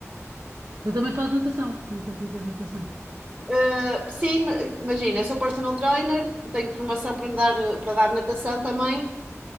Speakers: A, on the right; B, on the right.
A: Tu também fazes natação, também praticas natação.
B: Uh, sim, ma- imagina, eu sou personal trainer, tenho formação para dar, para dar natação também